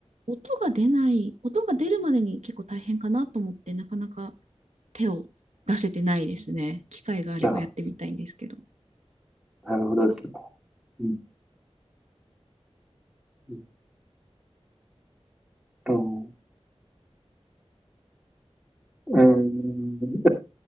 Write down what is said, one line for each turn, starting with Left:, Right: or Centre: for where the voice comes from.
Right: 音が出ない、音が出るまでに結構大変かなと思って、なかなか手を出せてないですね。機会があればやってみたいんですけど。
Centre: あ、なるほどですね。うんうんとうん、